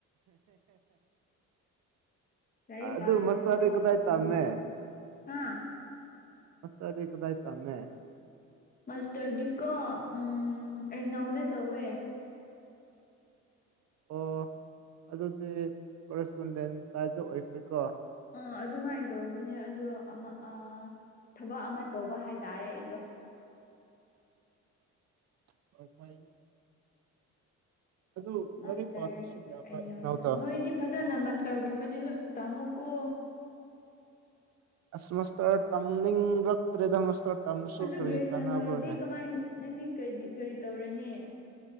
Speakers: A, on the left (about 30°); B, on the right (about 60°).
A: ꯂꯥꯏꯔꯤꯛ
B: ꯑꯗꯨ
A: ꯄꯥꯗ꯭ꯔꯗꯤ
B: ꯑꯗꯨ ꯃꯁꯥꯗꯤ
A: ꯌꯥꯗꯕꯅꯦ
B: ꯀꯗꯥꯏ ꯇꯝꯃꯦ
A: ꯍꯥ
B: ꯃꯁꯇꯔꯗꯤ ꯀꯗꯥꯏ ꯇꯝꯃꯦ
A: ꯃꯥꯁꯇꯔꯗꯤꯀꯣ ꯎꯝ ꯑꯦꯛꯅꯧꯗ ꯇꯧꯋꯦ
B: ꯑꯣ ꯑꯗꯨꯗꯤ ꯀꯣꯔꯦꯁꯄꯣꯟꯗꯦꯟ ꯇꯥꯏꯗ ꯑꯣꯏꯇ꯭ꯔꯤꯀꯣ
A: ꯑꯥ ꯑꯗꯨꯃꯥꯏꯅ ꯇꯧꯕꯅꯦ ꯑꯗꯣ ꯑꯃ ꯑ ꯊꯕꯛ ꯑꯃ ꯇꯧꯕ ꯍꯥꯏꯇꯥꯔꯦ ꯑꯩꯗꯣ
B: <unintelligible> ꯑꯗꯨ
A: ꯃꯥꯁꯇꯔ
B: ꯂꯥꯏꯔꯤꯛ ꯄꯥꯗ꯭ꯔꯁꯨ ꯌꯥꯕ꯭ꯔꯥ
A: ꯑꯩꯅꯧꯗ
B: ꯏꯛꯅꯧꯗ
A: ꯅꯣꯏꯗꯤ ꯐꯖꯅ ꯃꯥꯁꯇꯔꯒꯨꯝꯕꯗꯤ ꯇꯥꯝꯃꯨꯀꯣ
B: ꯑꯁ ꯃꯁꯇꯔ ꯇꯝꯅꯤꯡꯔꯛꯇ꯭ꯔꯦꯗ ꯃꯁꯇꯔ ꯇꯝꯂꯁꯨ
A: ꯑꯗꯨ
B: ꯀꯔꯤ
A: ꯒ꯭ꯔꯦꯖꯨꯑꯦꯁꯟ
B: ꯀꯥꯟꯅꯕ꯭ꯔꯣꯅꯦ
A: ꯂꯣꯏꯔꯗꯤ ꯀꯃꯥꯏ ꯅꯪꯗꯤ ꯀ ꯀꯔꯤ ꯇꯧꯔꯅꯤ